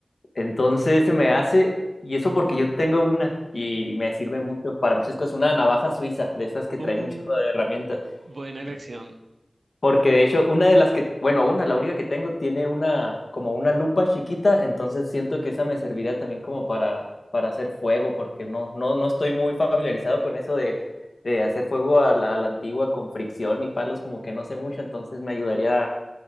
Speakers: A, on the left; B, on the right.
A: entonces se me hace, y eso porque yo tengo una, y me sirve mucho para muchas cosas, una navaja suiza, de esas que
B: Uh,
A: traen un chorro de herramientas,
B: buena elección.
A: Y porque de hecho, una de las que, bueno, una, la única que tengo tiene una, como una lupa chiquita, entonces siento que esa me serviría también como para, para hacer fuego, porque no, no, no estoy muy familiarizado con eso de, de hacer fuego a la, a la antigua con fricción y palos, como que no sé mucho, entonces me ayudaría